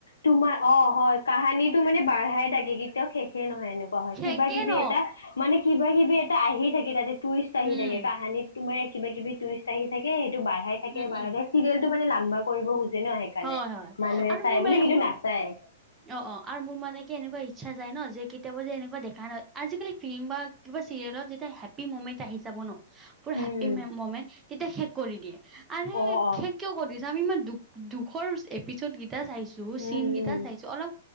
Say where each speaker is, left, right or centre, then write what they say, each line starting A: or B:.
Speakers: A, on the left (about 90°); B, on the right (about 20°).
A: তোমাৰ অ', হয় কাহানিটো মানে বাঢ়াই থাকে কেতিয়াও শেষে নহয় এনেকুৱা কোৱা হয়
B: থাকে
A: কিবা কিবি
B: ন
A: এটা? মানে কিবা কিবি এটা আহি থাকে তাতে টুৰিষ্ট আহি
B: উম
A: থাকে কাহানিত তোমাৰ কিবা কিবি টুৰিষ্ট আহি থাকে সেইটো বাঢ়াই থাকে
B: উম
A: বাঢ়াই
B: উম
A: চিৰিয়েলটো মানে লাম্বা কৰিব খোজে ন- সেইকাৰণে
B: হয় হয়
A: মানুহে
B: আৰু
A: চাই
B: মোৰ
A: বুলি
B: মে
A: কিন্তু
B: মোৰ
A: নাচায়
B: অ', অ', আৰু মোৰ মানে কি এনেকুৱা ইচ্ছা যায় ন যে কেতিয়াবা যে এনেকুৱা দেখা নাই আজিকালি ফিলিং বা কিবা চিৰিয়েলত যেতিয়া হেপী মুমেন্ট আহি যাব ন- পুৰা
A: উম
B: হেপী
A: উম
B: মুমেণ্ট তেতিয়া শেষ কৰি দিয়ে আৰু
A: অ অ
B: শেষ কিয় কৰি দিছো আমি ইমান দুখ দুখৰ এপিছড গেইটা চাইছো
A: উম
B: চিনকেইটা
A: উম
B: চাইছো অলপ